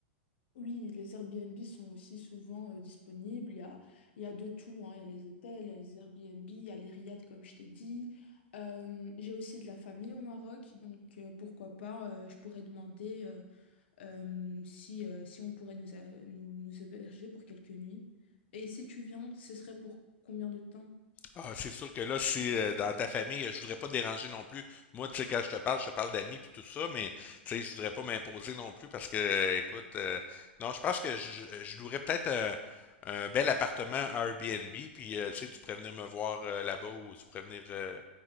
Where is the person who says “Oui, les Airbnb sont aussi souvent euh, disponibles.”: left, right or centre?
Left